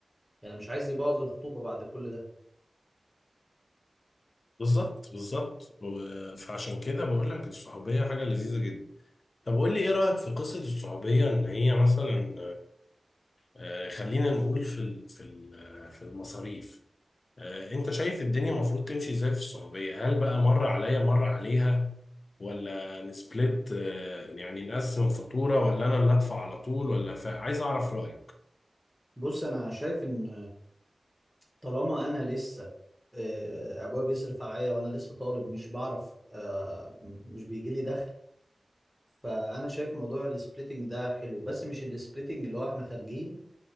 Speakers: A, in the centre; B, on the left (about 60°).
A: يعني مش عايز يبوظ الخطوبة بعد كل ده
B: بالظبط بالظبط و- فعشان كده بقول لك الصحوبية حاجة لذيذة جدا طب قول لي ايه رأيك في قصة الصحوبية ان هي مثلا آه، خلينا نقول في ال- في ال- آه، في المصاريف آه، انت شايف الدنيا المفروض تمشي ازاي في السعودية هل بقى مرة عليا مرة عليها ولا نسبلت آه، يعني نقسم الفاتورة ولا انا اللي ادفع على طول ولا ف- عايز اعرف رأيك
A: بص انا شايف ان طالما انا لسه آه، ابويا بيصرف عليا وانا لسه طالب مش بعرف آه، م- مش بيجي لي دخل فانا شايف موضوع السبليتنج ده حلو بس مش السبليتنج اللي هو احنا خارجين